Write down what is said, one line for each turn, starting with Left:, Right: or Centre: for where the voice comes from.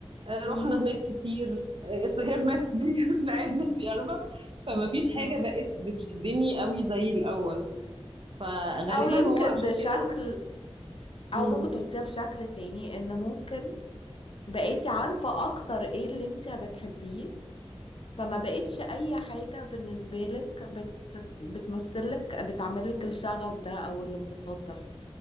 Right: آه،
Left: مم.
Right: رحنا هناك كتير آه، سهرنا كتير <laughs> لعبنا كتير عارفة؟ فما فيش حاجه
Left: اه
Right: بقت بتشدني قوي زي الاول فغالبا
Left: او يمكن
Right: هو عشان
Left: بشكل
Right: كده مم.
Left: او ممكن تحطيها بشكل تاني ان ممكن بقيتي عارفة اكتر ايه اللي انت بتحبيه فما بقتش اي حاجة بالنسبة لك بت... بتمثلك بتعملك الشغف ده او الانبساط ده